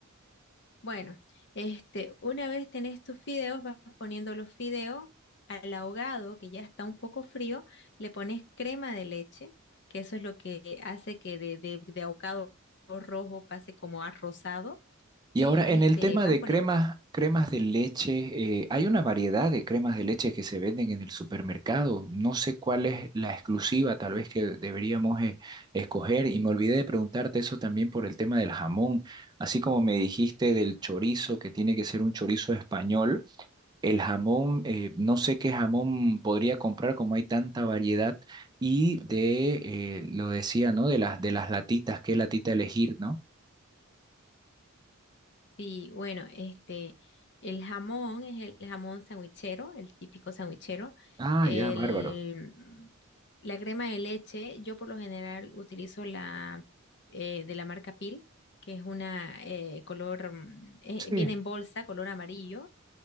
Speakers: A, on the left; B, on the right.
A: Bueno, este, una vez tenés tus fideos, vas poniendo los fideos al ahogado, que ya está un poco frío, le pones crema de leche, que eso es lo que hace que de, de, de ahogado rojo pase como a rosado, y
B: Y ahora
A: este,
B: en el tema
A: vas
B: de
A: poniendo.
B: cremas, cremas de leche, eh, hay una variedad de cremas de leche que se venden en el supermercado. No sé cuál es la exclusiva, tal vez que deberíamos eh, escoger. Y me olvidé de preguntarte eso también por el tema del jamón. Así como me dijiste del chorizo, que tiene que ser un chorizo español, el jamón, eh, no sé qué jamón podría comprar como hay tanta variedad. Y de, eh, lo decía, ¿no? De las, de las latitas, qué latita elegir, ¿no?
A: Sí, bueno, este, el jamón es el jamón sandwichero, el típico sandwichero.
B: Ah,
A: El,
B: ya, bárbaro.
A: la crema de leche, yo por lo general utilizo la eh, de la marca Pil, que es una eh, color, mm, eh,
B: Sí.
A: viene en bolsa, color amarillo.